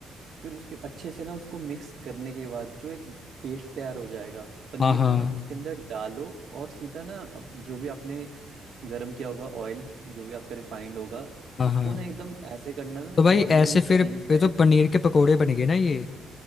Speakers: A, on the right; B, on the left.
A: फिर उसके अच्छे से ना उसको मिक्स करने के बाद जो एक पेस्ट तैयार हो जाएगा पनीर
B: हाँ हाँ
A: को ना उसके अंदर डालो और सीधा ना अब जो भी आपने गर्म किया होगा ऑयल जो भी आपका रिफाइंड होगा
B: हाँ
A: उसको
B: हाँ
A: ना एकदम ऐसे करना ना
B: तो
A: नॉर्मल
B: भाई ऐसे फिर
A: सिम
B: ये
A: रहे
B: तो पनीर के पकोड़े बन गए ना ये